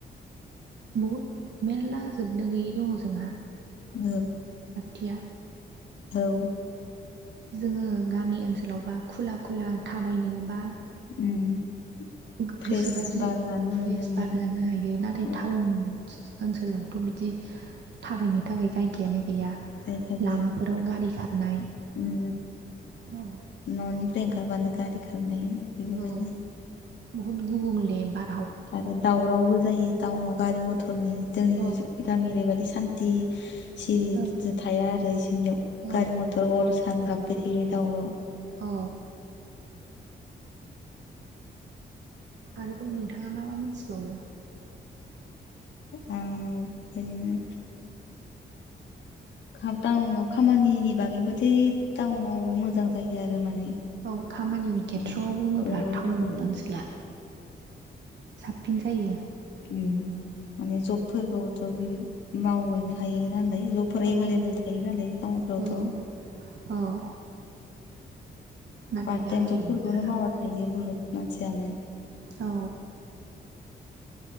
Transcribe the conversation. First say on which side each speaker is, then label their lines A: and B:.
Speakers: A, on the right (about 75°); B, on the left (about 80°).
A: बहुद मेरला जोबनो गैयै दङ जोंहा।
B: औ
A: थिया।
B: औ
A: जोङो गामि ओनसोलाव बा खुला खुला थाबायनोबा।
B: <inaudible>
A: गो
B: फ्रेस
A: गोसोबायदि
B: बार जानो
A: फ्रेस
B: मोनो उम
A: बार जानो हायो नाथाय
B: ओ
A: टाउन ओनसोलावथ' बिदि थाबायनो थाखाय जायगायानो गैया
B: जायगा गैया
A: लामाफोराव गारि खारनाय
B: उम
A: औ
B: ननिफ्राय ओंखारबानो गारि खारनाय बेफोरबायदि
A: औ बहुद गुबुंले बा
B: आरो दावरावबो जायो टाउनाव गारि मथरनि। जोंनि
A: औ
B: गामि ओरैबायदि सान्थि सिरि
A: औ
B: थाया आरो इसोरनियाव
A: औ
B: गारि मथर हर। सान गाबबाय थायो दावराव'
A: औ आरोबाव नोंथाङा मा मा मोनथिबावो
B: आरो बिदिनो। खा टाउनाव खामानिनि बागैबोथे टाउनाव मोजां जायो आरो माने
A: औ खामानिनि
B: उम
A: खेथ्रआव बुङोब्ला
B: औ
A: टाउन
B: औ
A: ओनसोला साबफिन जायो
B: ओम माने जबफोरखौथ' बि मावहैनो हायो नालाय जबफोर
A: औ
B: एभेलेबल थायो नालाय टाउनफोरावथ'
A: औ औ। नाथाय
B: पार्ट
A: गामियावबा
B: टाइम जब फोरखौनो मावा थायो बुहुत मानसियानो
A: औ